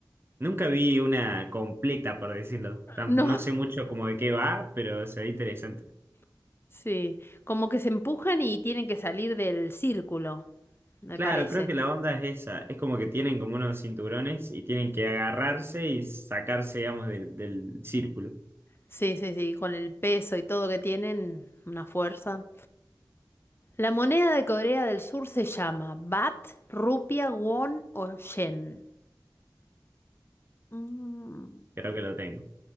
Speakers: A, on the right (about 30°); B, on the left (about 30°).
A: Nunca vi una completa, por decirlo. Tamp-
B: No,
A: no sé mucho como de qué va, pero se ve interesante.
B: <laughs> sí. Como que se empujan y tienen que salir del círculo, me
A: Claro,
B: parece.
A: creo que la onda es esa. Es como que tienen como unos cinturones y tienen que agarrarse y sacarse, digamos, del, del círculo.
B: Sí, sí, sí, con el peso y todo que tienen, una fuerza. La moneda de Corea del Sur se llama Bat, Rupia, Won o Yen. Mm,
A: Creo que lo tengo.